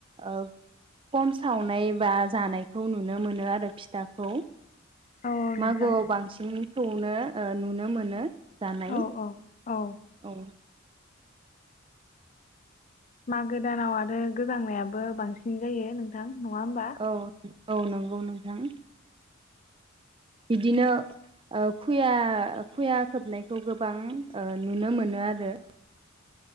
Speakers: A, on the right; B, on the left.
A: ओ खम सावनाय बा जानायखौ नुनो मोनो आरो फिथाखौ
B: औ नोंथां
A: मागोआव बांसिनखौनो ओ नुनो मोनो जानाय
B: औ औ। औ
A: औ।
B: मागो दानाव आरो गोजांनायाबो बांसिन जायो नोंथां। नङा होमबा
A: औ औ नंगौ नोंथां बिदिनो ओ खुया खुया खोबनायखौबो बां ओ नुनो मोनो आरो